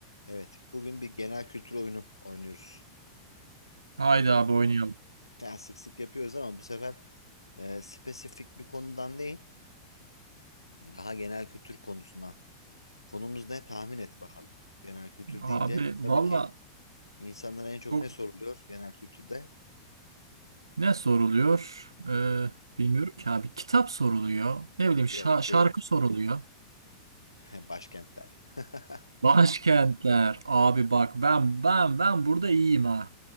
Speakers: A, on the left; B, on the right.
A: Evet, bugün bir genel kültür oyunu oynuyoruz.
B: Haydi
A: Ee,
B: abi oynayalım.
A: yani sık sık yapıyoruz ama bu sefer e, spesifik bir konudan değil, daha genel kültür konusundan. Konumuz ne? Tahmin et bakalım. Genel kültür
B: Abi
A: deyince tabii
B: valla
A: ki insanlara en çok
B: çok
A: ne soruluyor genel kültürde?
B: ne soruluyor? Ee, bilmiyorum ki abi. Kitap soruluyor. Ne bileyim şa-
A: Yok
B: şarkı
A: değil.
B: soruluyor.
A: <laughs> Başkentler. <laughs>
B: Başkentler. Abi bak ben ben ben burada iyiyim ha.